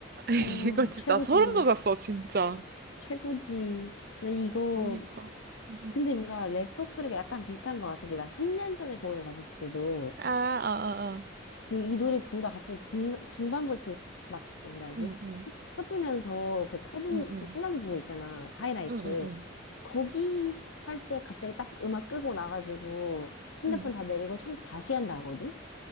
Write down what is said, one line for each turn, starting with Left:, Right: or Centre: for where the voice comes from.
Right: <laughs>
Left: 어,
Right: 이거 진짜
Left: 최고지.
Right: 나 소름 돋았어, 진짜.
Left: 최고지. 나 이거,
Right: 그러니까. 응, 응.
Left: 근데 뭔가 레퍼토리가 약간 비슷한 것 같은 게, 나 3년 전에 공연 갔었을 때도,
Right: 아, 아, 아, 아.
Left: 그, 이 노래 부르다 갑자기 중, 중반부에 그, 막, 뭐라 하지?
Right: 응, 응.
Left: 탁 터지면서, 그 터진,
Right: 응응
Left: 그 신나는 부분 있잖아. 하이라이트.
Right: 응응응
Left: 거기 할 때 갑자기 딱 음악 끄고 나가지고, 핸드폰
Right: 응응
Left: 다 내리고 처음 다시 한다 하거든?